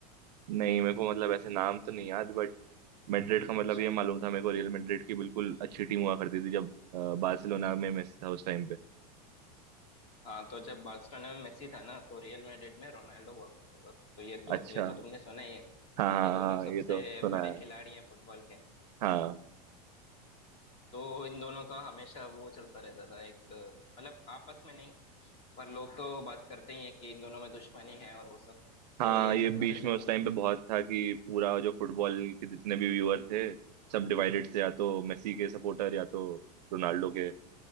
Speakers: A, on the right; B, on the left.
A: नहीं मेरे को मतलब ऐसे नाम तो नहीं याद बट मैड्रिड का मतलब
B: अच्छा
A: ये मालूम था मेरे को रियल मैड्रिड की बिल्कुल अच्छी टीम हुआ करती थी जब अ, बार्सिलोना में मेसी था उस टाइम पे
B: हाँ तो जब बार्सिलोना में मेसी था ना तो रियल मैड्रिड में रोनाल्डो हुआ करता था तो ये
A: अच्छा
B: तो ये तो तुमने सुना ही है
A: हाँ हाँ
B: ये दोनों
A: हाँ
B: सबसे
A: ये तो सुना
B: बड़े
A: है
B: खिलाड़ी हैं फुटबॉल के
A: हाँ
B: तो इन दोनों का हमेशा वो चलता रहता था एक अ, मतलब आपस में नहीं पर लोग तो बात करते ही हैं कि इन दोनों में दुश्मनी है और वो सब तो
A: हाँ
B: ये
A: ये
B: चलता
A: बीच
B: रहता
A: में उस
B: था
A: टाइम पे बहुत था कि पूरा जो फुटबॉल के जितने भी व्यूअर थे सब डिवाइडेड थे या तो मेसी के सपोर्टर या तो रोनाल्डो के